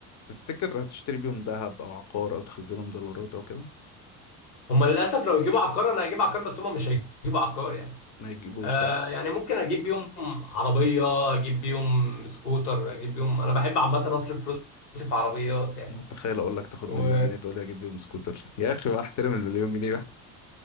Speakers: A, on the left; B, on the left.
A: تفتكر هتشتري بيهم ذهب او عقار او تخزنهم دولارات او كده
B: هما للاسف لو يجيبوا عقار انا هجيب عقار بس هما مش هيجيبوا عقار يعني
A: ما يجيبوش
B: آه يعني ممكن اجيب بيهم عربية اجيب بيهم سكوتر اجيب بيهم انا بحب عامة اصرف فلوسي في عربيات يعني
A: متخيل اقول لك تاخد
B: و
A: مليون جنيه تقول لي اجيب بيهم سكوتر يا اخي بقى احترم المليون جنيه بقى